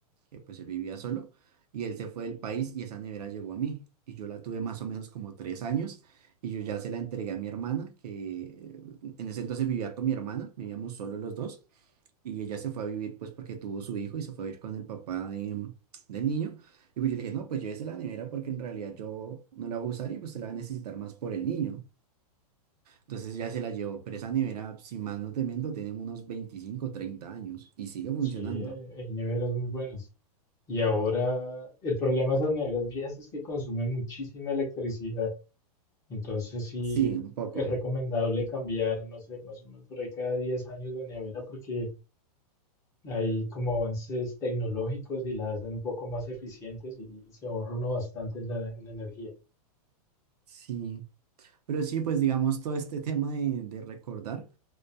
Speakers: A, on the right; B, on the left.
A: que pues él vivía solo, y él se fue del país y esa nevera llegó a mí. Y yo la tuve más o menos como tres años y yo ya se la entregué a mi hermana, que eh, en ese entonces vivía con mi hermana, vivíamos solo los dos. Y ella se fue a vivir, pues, porque tuvo su hijo y se fue a vivir con el papá de, del niño. Y pues yo le dije, no, pues llévese la nevera porque en realidad yo no la voy a usar y pues se la va a necesitar más por el niño. Entonces ya se la llevó, pero esa nevera, si mal no te miento, tiene unos veinticinco o 30 años y sigue funcionando.
B: Sí, hay, hay neveras muy buenas. Y ahora el problema de esas neveras viejas es que consumen muchísima electricidad. Entonces sí
A: Sí, un poco.
B: es recomendable cambiar, no sé, más o menos por ahí cada 10 años de nevera porque hay como avances tecnológicos y la hacen un poco más eficientes y se ahorra uno bastante en la, en la energía.
A: Sí. Pero sí, pues digamos, todo este tema de, de recordar,